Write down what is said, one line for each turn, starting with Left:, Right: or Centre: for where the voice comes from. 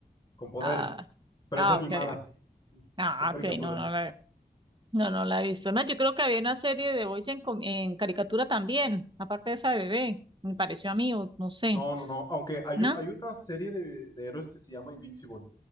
Left: con poderes.
Right: Ah,
Left: Pero
Right: ah,
Left: es animada,
Right: ok. Ah,
Left: son caricaturas.
Right: ok, no, no la, no, no la he visto. Además, yo creo que había una serie de Voice en, com- en caricatura también, aparte de esa de bebé, me pareció a mí, o no sé,
Left: No, no, no, aunque hay,
Right: ¿no?
Left: u- hay una serie de, de héroes que se llama Invincible.